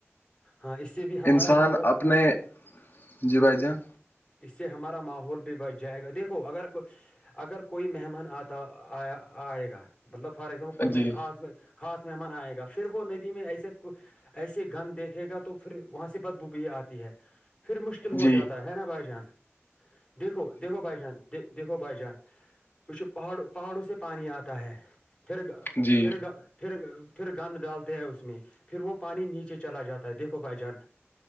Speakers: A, on the left; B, on the left.
A: ہاں اس سے بھی ہمارا
B: انسان
A: ماحول
B: اپنے جی بھائی جان
A: اس سے ہمارا ماحول بھی بچھ جائے گا دیکھو اگر کو اگر کوئی مہمان آتا آئے گا مطلب فار ایگزامپل
B: جی
A: کوئی خاص خاص مہمان آئے گا پھر وہ ندی میں ایسے ایسے گن دیکھے گا تو پھر وہاں سے بدبوبی آتی ہے پھر مشکل ہو
B: جی
A: جاتا ہے نا بھائی جان دیکھو دیکھو بھائی جان د دیکھو بھائی جان پچھو پہاڑوں پہاڑوں سے پانی آتا ہے پھر گ
B: جی
A: پھر گ پھر پھر گند ڈالتے ہیں اس میں پھر وہ پانی نیچے چلا جاتا ہے دیکھو بھائی جان